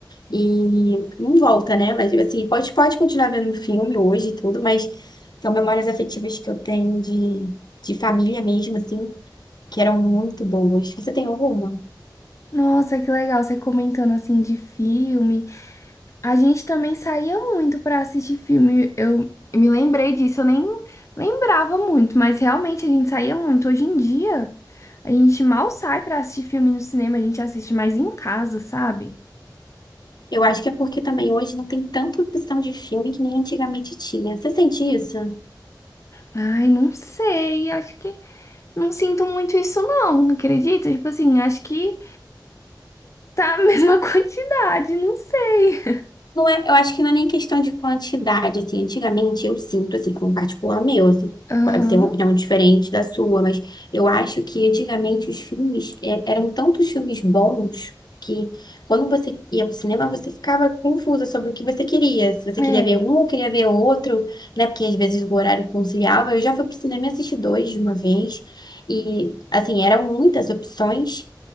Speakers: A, on the left; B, on the left.
A: E não volta, né? Mas, assim, pode, pode continuar vendo o filme hoje e tudo, mas são memórias afetivas que eu tenho de, de família mesmo, assim, que eram muito boas. Você tem alguma?
B: Nossa, que legal você comentando assim de filme. A gente também saía muito pra assistir filme. Eu me lembrei disso, eu nem lembrava muito, mas realmente a gente saía muito. Hoje em dia, a gente mal sai pra assistir filme no cinema, a gente assiste mais em casa, sabe?
A: Eu acho que é porque também hoje não tem tanta opção de filme que nem antigamente tinha. Você sente isso?
B: Ai, não sei, acho que não sinto muito isso não, acredita? Tipo assim, acho que tá a mesma <laughs> quantidade, não sei.
A: Não é, eu acho que não é nem questão de quantidade, assim. Antigamente eu sinto, assim, com um particular meu, assim,
B: Aham.
A: pode ser uma opinião diferente da sua, mas eu acho que antigamente os filmes é, eram tantos filmes bons que quando você ia pro cinema você ficava confusa sobre o que você queria. Se você
B: É,
A: queria ver um ou queria ver outro, né? Porque às vezes o horário conciliava. Eu já fui pro cinema e assisti dois de uma vez. E, assim, eram muitas opções